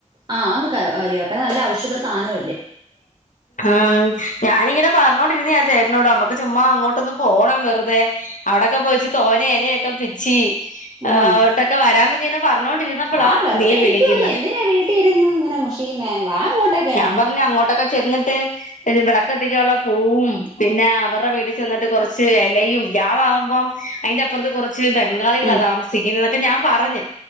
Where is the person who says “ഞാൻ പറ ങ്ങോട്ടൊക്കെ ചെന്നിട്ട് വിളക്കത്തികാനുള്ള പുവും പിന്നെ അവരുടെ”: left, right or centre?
Left